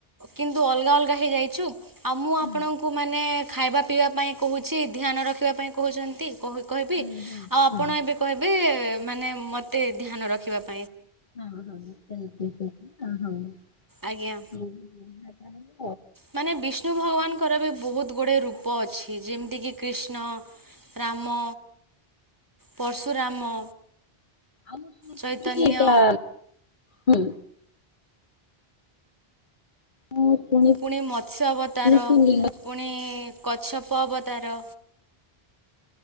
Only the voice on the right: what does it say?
କିନ୍ତୁ ଅଲଗା ଅଲଗା ହେଇ ଯାଇଚୁ ଆଉ ମୁଁ
ଆପଣଙ୍କୁ ମାନେ ଖାଇବା ପିଇବା ପାଇଁ କହୁଛି ଧ୍ୟାନ ରଖିବା ପାଇଁ କହୁଛନ୍ତି କହୁ କହିବି
ଆଉ
ଆପଣ ଏବେ କହିବେ ଏ ମାନେ ମତେ ଧ୍ୟାନ ରଖିବା ପ୍
ଆଜ୍ଞା
ମାନେ ବିଷ୍ଣୁ ଭଗବାନଙ୍କର ବି ବହୁତ୍ ଗୋଟେ ରୂପ ଅଛି ଯେମିତି କି କ୍ରୀଷ୍ଣ ରାମ ପର୍ଶୁରାମ
ଚୈତନ୍ୟ
ପୁଣି ମତ୍ସ୍ୟ ଅବତାର
ପୁଣି କଛପ ଅବ ତାର